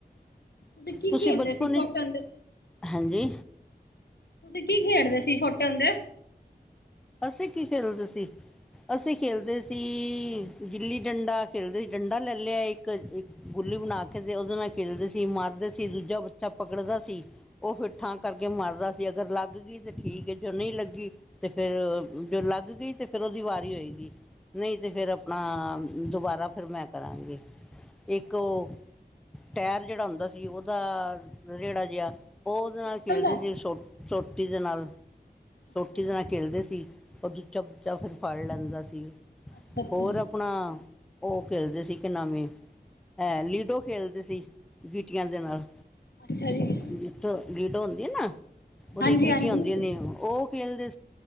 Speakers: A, on the left; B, in the centre.
A: ਤੁਸੀ ਕੀ
B: ਤੁਸੀਂ
A: ਖੇਲਦੇ
B: ਬਚਪਨ
A: ਸੀ ਛੋਟੇ
B: ਵਿੱਚ
A: ਹੁੰਦੇ।
B: ਹਾਂਜੀ।
A: ਤੁਸੀਂ ਕੀ ਖੇਡਦੇ ਸੀ ਛੋਟੇ ਹੁੰਦੇ?
B: ਅਸੀਂ ਕੀ ਖੇਲਦੇ ਸੀ?
A: ਹਾਂਜੀ
B: ਅਸੀਂ ਖੇਲਦੇ ਸੀ, ਗਿੱਲੀ ਡੰਡਾ ਖੇਲਦੇ ਸੀ। ਡੰਡਾ ਲੈ ਲਿਆ ਇਕ, ਇੱਕ ਗੁੱਲ ਬਣਾ ਕੇ ਤੇ ਉਹਦੇ ਨਾਲ ਖੇਲਦੇ ਸੀ, ਮਾਰਦੇ ਸੀ। ਦੂਜਾ ਬੱਚਾ ਪਕੜਦਾ ਸੀ, ਉਹ ਫਿਰ ਠਾਂ
A: ਅੱਛਾ
B: ਕਰਕੇ ਮਾਰ ਕਰਦਾ ਸੀ। ਅਗਰ ਲੱਗ ਗਈ ਤੇ ਠੀਕ ਹੈ, ਜੋ ਨਹੀਂ ਲੱਗੀ ਤੇ ਫਿਰ ਜੋ ਲੱਗ ਗਈ ਤਾਂ ਫਿਰ ਉਹਦੀ ਵਾਰੀ ਹੋਏਗੀ, ਨਹੀਂ ਤਾਂ
A: ਅੱਛਾ
B: ਫਿਰ ਆਪਣਾ
A: ਜੀ
B: ਦੁਬਾਰਾ ਫਿਰ ਮੈਂ ਕਰਾਂਗੀ। ਇੱਕ
A: ਅੱਛਾ
B: ਉਹ
A: ਜੀ
B: ਟਾਇਰ ਜਿਹੜਾ ਹੁੰਦਾ ਸੀ ਉਹਦਾ ਰੇੜਾ ਜਿਹਾ ਉਹਦੇ ਨਾਲ
A: ਸਾਈਕਲ
B: ਖੇਡਦੇ
A: ਦਾ
B: ਸੀ ਸੋਟੀ ਦੇ ਨਾਲ।
A: ਅੱਛਾ
B: ਛੋਟੀ
A: ਜੀ
B: ਦੇ ਨਾਲ ਖੇਲਦੇ ਸੀ। ਉਹ ਦੂਜਾ ਬੱਚਾ ਫਿਰ ਫੜ ਲੈਂਦਾ ਸੀ।
A: ਅੱਛਾ ਅੱਛਾ
B: ਹੋਰ
A: ਜੀ
B: ਆਪਣਾ, ਉਹ ਖੇਲਦੇ ਸੀ ਕਿ ਨਾਵੇਂ ਏ ਲੀਡੋ ਖੇਲਦੇ ਸੀ ਗੀਟੀਆਂ
A: ਅੱਛਾ
B: ਦੇ ਨਾਲ
A: ਜੀ ਅੱਛਾ ਜੀ
B: ਜਿੱਥੋਂ ਗੀਟੋ ਹੁੰਦੀ ਹੈ ਨਾ, ਉਹਦੀ
A: ਹਾਂਜੀ
B: ਗੀਟੀਆਂ
A: ਹਾਂਜੀ
B: ਹੁੰਦੀਆਂ ਨੇ, ਉਹ ਖੇਲਦੇ